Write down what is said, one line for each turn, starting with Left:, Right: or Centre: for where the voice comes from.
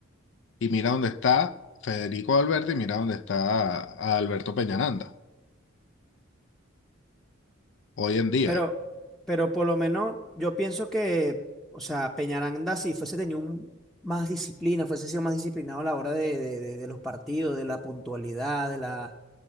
Left: Y mira dónde está Federico Valverde y mira dónde está a Alberto Peñaranda hoy en día.
Centre: Pero, pero por lo menos yo pienso que, o sea, Peñaranda, si fuese tenido un- más disciplina, fuese sido más disciplinado a la hora de, de- de- de los partidos, de la puntualidad, de la,